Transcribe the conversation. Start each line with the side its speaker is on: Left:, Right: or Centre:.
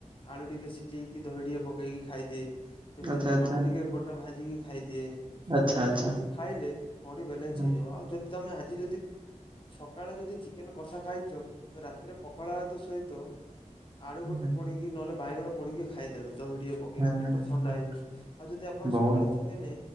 Left: ଆଳୁ ଟିକେ ସିଝେଇକି ଦହି ଟିକେ ପକେଇକି ଖାଇଦିଏ। ଏମ୍ତି
Right: ଆଚ୍ଛା
Left: ଟମାଟୋ
Right: ଆଚ୍ଛା
Left: ଟିକେ ଗୋଟା ଭାଜିକି ଖାଇଦିଏ।
Right: ଆଚ୍ଛା ଆଚ୍ଛା।
Left: ଏମିତି ଖାଇଲେ ବଡି ବାଲାନ୍ସ
Right: ହୁଁ
Left: ହେଇଯିବ ଆଉ ଯଦି ତମେ ଆଜି ଯଦି ସକାଳେ ଯଦି ଚିକେନ କଷା ଖାଇଛୁ ତ ରାତିରେ ପଖାଳ ଭାତ ସହିତ ଆଳୁ
Right: ହୁଁ
Left: ଗୋଟେ ପୋଡି ବାଇଗଣ ପୋଡିକି ଖାଇଦେବେ ଦହି ଟିକେ ପକେଇକି
Right: ହୁଁ
Left: ପେଟ ଥଣ୍ଡା ହେଇଯିବ ଆଉ ଯଦି ଆପଣ
Right: ବହୁତ
Left: ସକାଳେ ଚିକେନେ